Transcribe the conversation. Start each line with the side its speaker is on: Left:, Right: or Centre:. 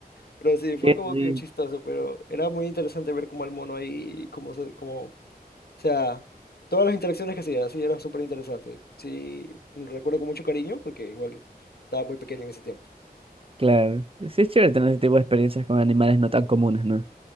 Left: Pero sí, fue
Right: Qué
Left: como
Right: rico.
Left: que chistoso, pero era muy interesante ver cómo el mono ahí, como, se, cómo, o sea, todas las interacciones que hacía, sí, era súper interesante. Sí, lo recuerdo con mucho cariño porque igual estaba muy pequeño en ese tiempo.
Right: Claro. Sí es chévere tener ese tipo de experiencias con animales no tan comunes, ¿no?